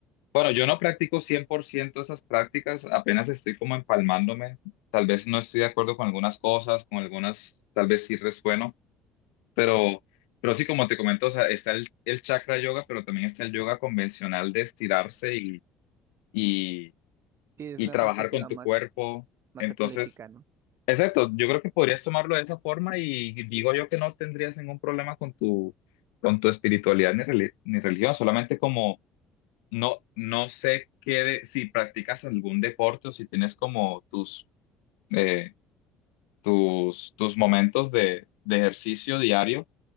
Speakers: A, on the left (about 75°); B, on the right (about 50°).
A: bueno, yo no practico 100% esas prácticas, apenas estoy como empalmándome, tal vez no estoy de acuerdo con algunas cosas, con algunas, tal vez sí resueno. Pero, pero sí, como te comento, o sea, está el, el chakra yoga, pero también está el yoga convencional de estirarse y, y,
B: Sí, es
A: y
B: una
A: trabajar
B: perspectiva
A: con tu
B: más,
A: cuerpo.
B: más
A: Entonces,
B: atlética, ¿no?
A: exacto, yo creo que podrías tomarlo de esa forma y digo yo que no tendrías ningún problema con tu, con tu espiritualidad ni, reli- ni religión, solamente como no, no sé qué, de- si practicas algún deporte o si tienes como tus, eh, tus, tus momentos de, de ejercicio diario